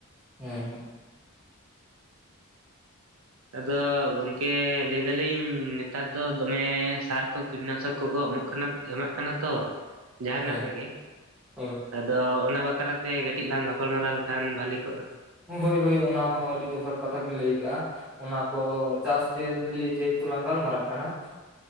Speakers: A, in the centre; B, on the right (about 75°).
A: ᱦᱮᱸ ᱦᱮᱸ᱾
B: ᱟᱫᱚ ᱜᱚᱝᱠᱮ ᱞᱟᱹᱭᱫᱟ ᱞᱤᱧ ᱱᱮᱛᱟᱨ ᱫᱚ ᱫᱚᱢᱮ ᱥᱟᱨ ᱠᱚ ᱠᱤᱴᱱᱟᱥᱟᱹᱠ ᱠᱚᱠᱚ ᱮᱢᱚᱜ ᱠᱟᱱᱟ ᱾ ᱮᱢᱟᱜ ᱠᱟᱱᱟ ᱛᱚ ᱡᱟᱦᱟᱱᱟᱜ
A: ᱦᱳᱭ
B: ᱨᱮᱜᱮ
A: ᱦᱳᱭ
B: ᱟᱫᱚ ᱚᱱᱟ ᱵᱟᱠᱷᱨᱟ ᱛᱮ ᱠᱟᱹᱴᱤᱡ ᱞᱟᱝ ᱜᱟᱯᱟᱞᱢᱟᱨᱟᱣ ᱞᱮᱠᱷᱟᱱ ᱵᱷᱟᱹᱞᱤ ᱠᱚᱜ-ᱟ ᱾
A: ᱦᱳᱭ ᱦᱳᱭ ᱚᱱᱟ ᱦᱚᱸ ᱟᱹᱰᱤ ᱡᱚᱛᱷᱟᱛ ᱠᱟᱛᱷᱟ ᱵᱤᱱ ᱞᱟᱹᱭ ᱟᱠᱟᱜ-ᱟ ᱾ ᱚᱱᱟ ᱠᱚ ᱪᱟᱥ ᱡᱮᱞᱤ ᱡᱮᱦᱩᱛᱩ ᱞᱟᱝ ᱜᱟᱞᱢᱟᱨᱟᱜ ᱠᱟᱱᱟ ᱾